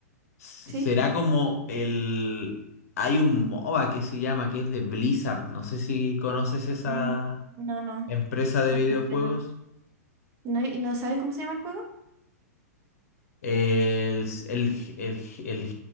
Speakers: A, on the left; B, on the right.
A: Será
B: ¿sí?
A: como el. Hay un MOBA que se llama, que es de Blizzard. No sé si conoces esa
B: Mm, no, no,
A: empresa de
B: no,
A: videojuegos.
B: no. ¿No, hay- no sabes cómo se llama el juego?
A: El, el, el, el